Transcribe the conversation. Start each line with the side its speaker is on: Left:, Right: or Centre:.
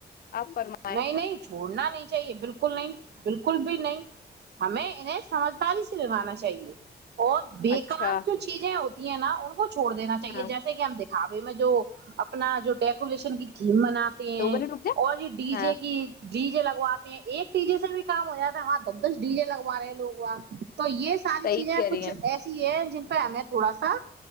Left: آپ فرمائیں
Right: نہیں نہیں چھوڑنا نہیں چاہیے بالکل نہیں بالکل بھی نہیں ہمیں انہیں سمجھداری سے لوانا چاہیے اور بےیکار
Left: اچھا
Right: جو چیزیں ہوتی ہیں نا ان کو چھوڑ دینا چاہیے
Left: ہاں
Right: جیسے کہ ہم دکھا رہ میں جو اپنا جو ڈیکوریشن کی تھیم بناتے ہیں
Left: دو منٹ رک جا
Right: اور یہ ڈی
Left: ہاں
Right: جے کی ڈی جے لگواتے ہیں ایک ڈی جے سے بھی کام ہو جاتا تھا وہاں دب دس ڈی جے لگواے لوگ وہاں تو یہ ساری
Left: صحیح
Right: چیزیں
Left: کہہ
Right: کچھ
Left: رہی ہیں
Right: ایسی ہیں جن پ میں تھوڑا سا